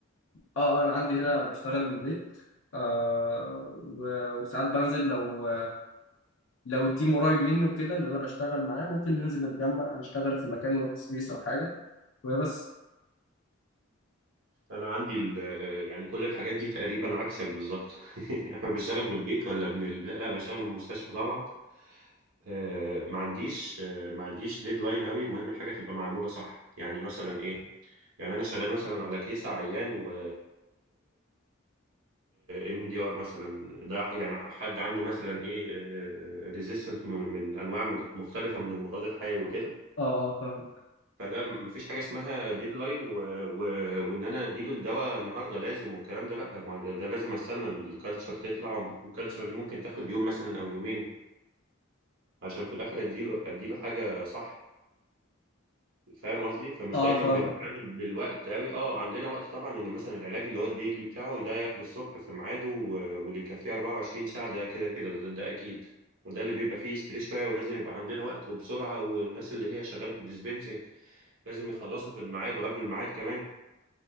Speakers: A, on the left (about 75°); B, on the right (about 80°).
A: اه آه، انا عندي هنا بشتغل من البيت آه و- وساعات بنزل لو لو التيم قريب مني وكده اللي انا بشتغل معاه ممكن ننزل نتجمع نشتغل في مكان ورك سبيس او حاجه وبس
B: انا عندي ال... يعني كل الحاجات دي تقريبا عكسك بالظبط <laughs> يعني بشتغل من البيت ولا من ال... لا لا، بشتغل من المستشفى طبعا آه ما عنديش آه ما عنديش ديدلاين قوي المهم الحاجه تبقى معموله صح يعني مثلا ايه يعني انا شغال مثلا على كيس عيان و ام دي ار مثلا ده يعني حد عنده مثلا ايه ريزيستنت من انواع مد- مختلفه من المضاد الحيوي وكده
A: اه اه فاهمك
B: فده مفيش حاجه اسمها ديدلاين و... و... وان انا اديله الدواء النهارده لازم والكلام ده لا ما ده, ده لازم استنى الكالتشر تطلع والكالتشر دي ممكن تاخد يوم مثلا او يومين عشان في الاخر اديله اديله حاجه صح فاهم قصدي فمش
A: اه
B: دايما
A: آه، فاهمك
B: بنتعامل بالوقت قوي اه عندنا وقت طبعا انه مثلا العلاج اللي هو الديلي بتاعه ده ياخده الصبح في ميعاده و- واللي يكفيه 24 ساعة ده كده كده ده, ده اكيد وده اللي بيبقى فيه ستريس شوية ولازم يبقى عندنا وقت وبسرعة والناس اللي هي شغالة في الديسبنسنج لازم يخلصوا في الميعاد وقبل الميعاد كمان